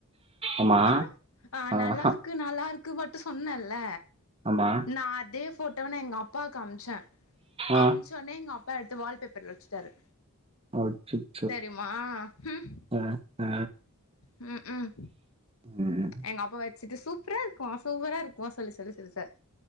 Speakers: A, on the right; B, on the left.
A: ஆமா
B: ஆ ஆ
A: ஆஹா
B: நல்லா இருக்கு நல்லா இருக்கு மட்டு சொன்னல்ல
A: ஆமா
B: நா அதே ஃபோட்டாவ நா எங் அப்பாவுக்கு அம்ச்சே
A: ஆ
B: அம் சொன்னே எங்க அப்பா எடுத்து வால் பேப்பர்ல வச்சுட்டாரு
A: ஓ சிட்
B: தெரிமா ம்
A: ஆ ஆ
B: ம் ம்
A: ம்
B: எங்க அப்பா வச்சுட்டு சூப்பரா இருக்குமா சூப்பரா இருக்குமா சொல்லி சொல்லி சிரிச்சாரு